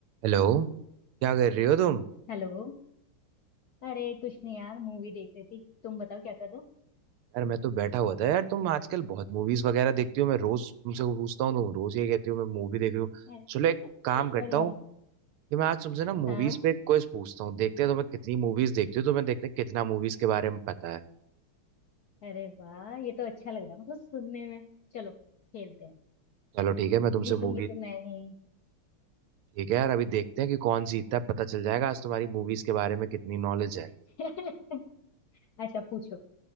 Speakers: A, on the right; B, on the left.
A: हेलो क्या कर रही हो तुम
B: हेलो अरे कुछ नहीं यार मूवी देख रही थी तुम बताओ क्या कर रहे हो
A: यार मैं तो बैठा हुआ था यार तुम आजकल बहुत मूवीज वगैरह देखती हो मैं रोज तुमसे पूछता हूँ तुम रोज ये कहती हो मैं मूवी देख रही हूँ
B: अरे
A: चलो एक काम करता
B: अरे
A: हूँ
B: यार
A: कि मैं आज तुमसे ना मूवीज
B: हाँ
A: पे एक क्विज पूछता हूँ देखते हैं तुम्हें कितनी मूवीज देखती हो तुम्हें देखते हैं कितना मूवीज के बारे में पता है
B: अरे वाह ये तो अच्छा लग रहा है मतलब सुनने में चलो खेलते हैं
A: चलो ठीक है मैं तुमसे
B: जीतूंगी
A: मूवी
B: तो मैं ही
A: ठीक है यार अभी देखते हैं कि कौन जीतता है पता चल जाएगा आज तुम्हारी मूवीज के बारे में कितनी नॉलेज है
B: <laughs> अच्छा पूछो